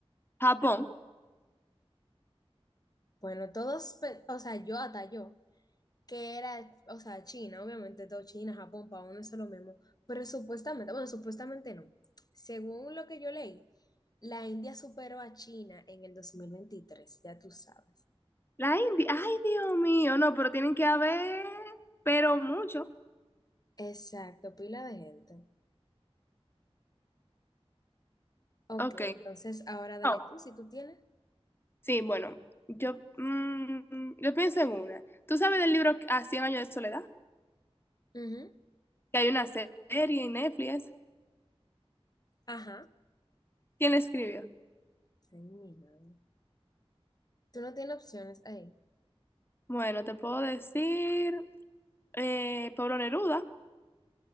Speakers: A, on the left (about 20°); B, on the left (about 40°).
A: Japón.
B: Bueno, todos, pe- o sea, yo hasta yo. que era, o sea, China, obviamente todo China, Japón, para uno es lo mismo, pero supuestamente, bueno, supuestamente no. Según lo que yo leí, la India superó a China en el 2023, ya tú sabes.
A: La India, ay, Dios mío, no, pero tienen que haber, pero mucho.
B: Exacto, pila de gente. Ok,
A: Ok.
B: entonces ahora dale
A: No.
B: tú, si tú tienes.
A: Sí, bueno, yo, mm, yo pienso en una. ¿Tú sabes del libro A 100 años de soledad?
B: Ujú,
A: Que hay una serie en Netflix.
B: Ajá.
A: ¿Quién le escribió?
B: Ay, mi madre. Tú no tienes opciones ahí.
A: Bueno, te puedo decir eh, Pablo Neruda,